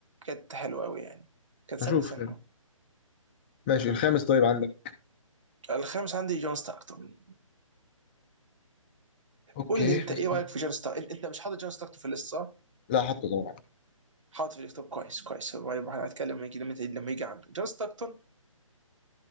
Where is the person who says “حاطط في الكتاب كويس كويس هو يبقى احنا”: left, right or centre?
Right